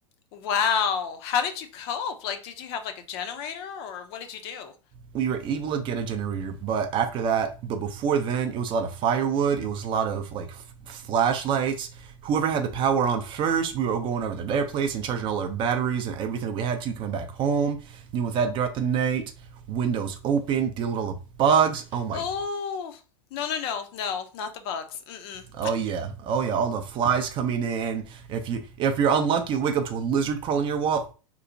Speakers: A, on the left; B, on the right.
A: Wow. How did you cope? Like, did you have like a generator or what did you do?
B: we were able to get a generator, but after that, but before then, it was a lot of firewood. It was a lot of like f- flashlights. Whoever had the power on first, we were going over to their place and charging all our batteries and everything that we had to coming back home. Dealing with that throughout the night, windows open, dealing with all the bugs. Oh my,
A: Oh, no, no, no, no, not the bugs. Mm-mm.
B: oh yeah, oh yeah, all the flies coming in. If you if you're unlucky, you'll wake up to a lizard crawling your wall.